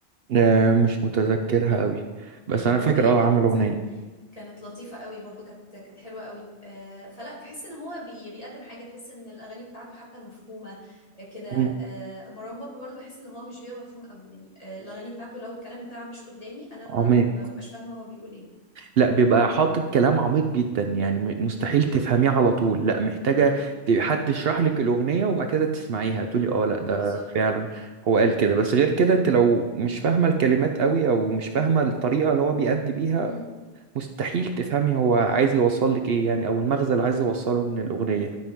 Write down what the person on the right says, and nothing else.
آه مش متذكرها قوي بس انا
فاكر
اه
عامل اغنية
مم.
عميق
لا بيبقى حاطط كلام عميق جدا يعني م- مستحيل
تفهميه على طول لا محتاجة
ت- حد يشرح لك الأغنية وبعد كده تسمعيها تقولي اه لا ده
فعلا هو قال كده بس غير كده انت لو مش فاهمة الكلمات قوي او مش فاهمة الطريقة اللي هو بيأدي بيها
مستحيل تفهمي هو عايز يوصل لك ايه يعني او المغزى اللي عايز يوصله من الاغنيه